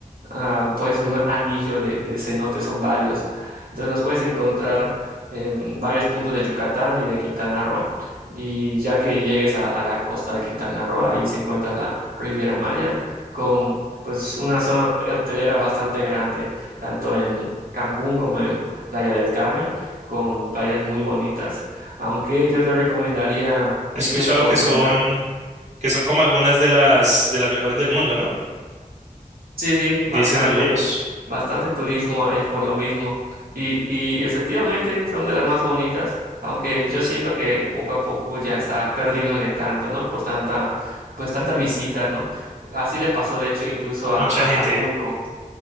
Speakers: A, on the right; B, on the right.
A: ah, pues un anillo de, de cenote, son varios. Entonces los puedes encontrar en varios puntos de Yucatán y de Quintana Roo. Y ya que llegues a, a la costa de Quintana Roo, ahí se encuentra la Riviera Maya, con pues una zona hotelera bastante grande, tanto en Cancún como en Playa del Carmen, con playas muy bonitas. Aunque yo te recomendaría,
B: He
A: si
B: escuchado
A: tienes la oportunidad,
B: que son, que son como algunas de las, de las mejores del mundo, ¿no?
A: Sí, sí,
B: Dicen
A: bastante,
B: algunos.
A: bastante turismo hay por lo mismo. Y, y efectivamente son de las más bonitas, aunque yo siento que poco a poco ya está perdiendo el encanto, ¿no? Por tanta, pues tanta visita, ¿no? Así le pasó, de hecho, incluso a,
B: Mucha
A: a
B: gente.
A: Acapulco.